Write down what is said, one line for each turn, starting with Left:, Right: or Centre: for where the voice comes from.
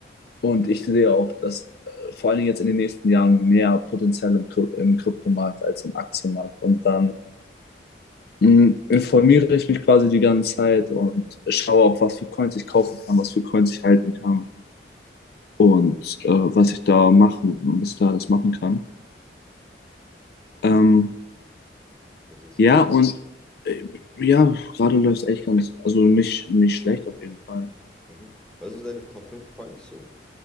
Left: Und ich sehe auch, dass äh, vor allen Dingen jetzt in den nächsten Jahren mehr Potenzial im, Kry im Kryptomarkt als im Aktienmarkt. Und dann mh, informiere ich mich quasi die ganze Zeit und schaue auch, was für Coins ich kaufen kann, was für Coins ich halten kann und äh, was ich da machen, was ich da alles machen kann. Ähm,
Centre: Das ist,
Left: Ja, und äh, ja, gerade läuft es echt ganz, also nicht, nicht schlecht auf jeden Fall.
Centre: mhm. Was sind so deine Top fünf Coins so?